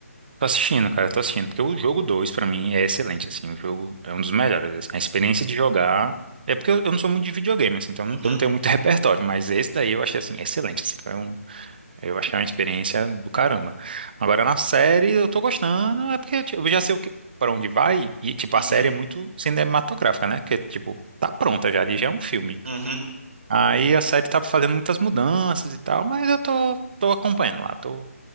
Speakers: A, on the right; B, on the right.
A: Tô assistindo, cara, tô assistindo. Porque o jogo 2 pra mim, é excelente, assim. O jogo é um dos melhores, assim. A experiência de jogar... É porque eu eu não sou muito de videogame, assim. Então
B: Uhum,
A: eu não tenho muito <laughs> repertório. Mas esse daí eu achei, assim, excelente, assim. Foi um, Eu achei uma experiência do caramba. Agora na série eu tô gostando, é porque tipo, eu já sei o que, para onde vai e tipo
B: uhum,
A: a série é muito cinematográfica, né? Que tipo tá pronta já, ali já é um filme.
B: uhum.
A: Aí a série tá fazendo muitas mudanças e tal, mas eu tô tô acompanhando lá. Tô